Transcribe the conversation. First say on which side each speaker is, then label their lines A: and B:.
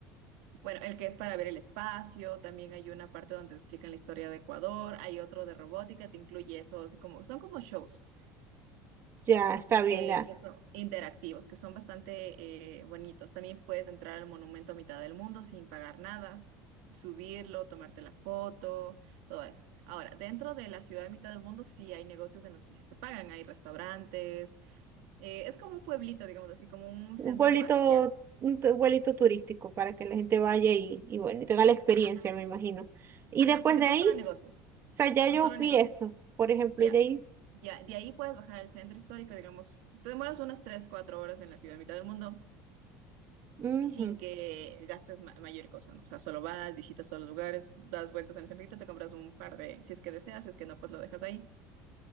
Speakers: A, on the right; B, on the right.
A: Bueno, el que es para ver el espacio, también hay una parte donde te explican la historia de Ecuador, hay otro de robótica, te incluye esos, como, son como shows
B: ya, está bien,
A: que,
B: ya.
A: que son interactivos, que son bastante eh, bonitos. También puedes entrar al monumento a mitad del mundo sin pagar nada, subirlo, tomarte la foto, todo eso. Ahora, dentro de la ciudad de mitad del mundo sí hay negocios en los que sí se pagan, hay restaurantes, eh, es como un pueblito, digamos así, como un centro
B: Un pueblito,
A: parroquial.
B: un tu- pueblito turístico para que la gente vaya y, y bueno, y tenga la experiencia,
A: Ajá,
B: me imagino. Y
A: ajá,
B: después
A: porque
B: de
A: son
B: ahí,
A: solo negocios.
B: o sea, ya
A: Son
B: yo
A: solo negocios.
B: vi eso, por ejemplo,
A: Ya,
B: y de ahí,
A: ya, de ahí puedes bajar al centro histórico, digamos, te demoras unas 3 4 horas en la ciudad, mitad del mundo,
B: ujú,
A: y sin que gastes ma- mayor cosa, ¿no? O sea, solo vas, visitas todos los lugares, das vueltas en el centrito, te compras un par de, si es que deseas, si es que no, pues lo dejas ahí,